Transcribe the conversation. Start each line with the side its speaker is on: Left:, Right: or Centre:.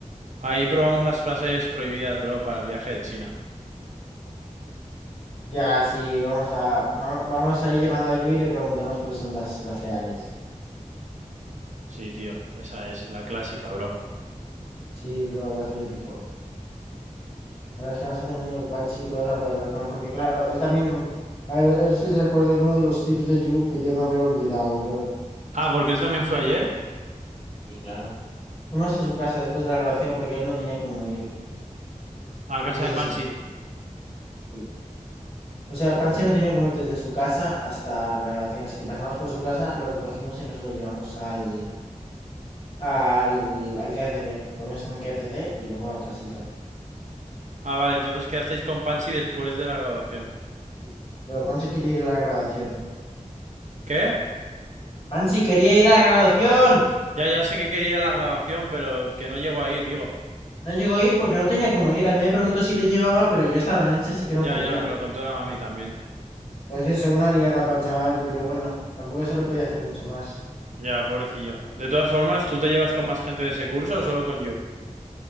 Right: Ahí probamos las frases prohibidas, bro, para el viaje de China.
Left: Ya, sí, vamos a, va- vamos a ir llamando a Yu y le preguntamos cuáles son las, los reales.
Right: Sí, tío, esa es la clásica, bro.
Left: Sí, bro, va a ser épico. La verdad es que vamos a tener el Panchi y tú vas a poder hablar con él. Porque claro, él también, a ver, él sí se acuerda alguno de los tips de Yu que yo me haber olvidado, bro.
Right: Ah, porque él también fue ayer
Left: Sí, claro. Fuimos a su casa después de la grabación porque él no tenía cómo ir.
Right: a casa
Left: Entonces
Right: de
Left: eso,
Right: Panchi.
Left: sí. O sea, Pansy no tenía cómo ir desde su casa hasta la grabación, así que pasamos por su casa, lo recogimos y nos lo llevamos al, al, al KFC. Comimos en el KFC y luego a Casica.
Right: Ah, vale, entonces quedasteis con Panchi después de la graduación.
Left: Sí. Pero Pansy quería ir a la grabación.
Right: ¿Qué?
Left: Pansy quería ir a la grabación.
Right: Ya, ya sé que quería ir a la graduación, pero que no llegó a ir, digo.
Left: No llegó a ir porque no tenía cómo ir. A mí me preguntó si le llevaba, pero yo estaba en Elche, así que
Right: Ya,
Left: no podía.
Right: ya, me lo contó la mami también.
Left: Pues eso, una liada para el chaval, pero bueno, tampoco se lo podía hacer mucho más.
Right: Ya, pobrecillo. De todas formas, ¿tú te llevas con más gente de ese curso o solo con Yu?